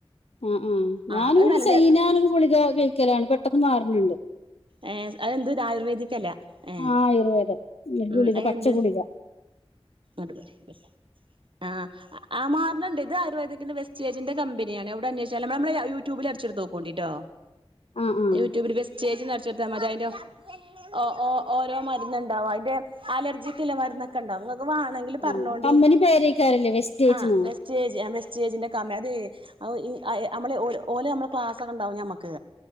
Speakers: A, on the left; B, on the right.
A: ആ ആ ഞാനിവിടെ,
B: ആഹ് അത് നല്ല
A: സൈനാനൊരു
B: ജ
A: ഗുളിക കഴിക്കലാണ് പെട്ടെന്ന് മാറണണ്ട്.
B: ഏ, അതെന്ത് ആയുർവേദിക്കല്ല എ
A: ആഹ് ആയുർവേദം ഒരു
B: ഉം
A: ഗുളിക
B: അതെന്ത്
A: പച്ച ഗുളിക
B: അ <unintelligible> ല്ല ആ ആ മാറണണ്ട് ഇത് ആയുർവേദത്തിന്റെ വെസ്റ്റ്റ്റേജിന്റെ കമ്പനിയാണ് അന്വേഷ നമ്മ യൂട്യൂബിൽ അട്ചൊട്ത്തൊക്കേണ്ടിട്ടോ
A: ആഹ് ആഹ്
B: യൂട്യൂബിൽ വെസ്റ്റേജ് അ ചെുത്താ മതി അതിൻന്റെോ ഓ ഓ ഓരോ മരുന്ന് ഉണ്ടാവും അതിന്റെ അലർജിക്ക്ല്ലെ മരുന്നൊക്കെ ഉണ്ടാവും ങ്ങ ക്ക് വണെങ്കിൽ പറഞ്ഞോണ്ടി
A: ആഹ് കമ്പനി പേരേക്കാരല്ലേ വെസ്റ്റേജ്ന്നോ
B: ആ വെസ്റ്റേജ് ആ വെസ്റ്റേസ്ജൻ്റെ ക അത് അ അ ഒ നമ്മള് ഓലെ നമ്മള് ക്ലാസൊക്കെണ്ടാവും മ്മക്ക്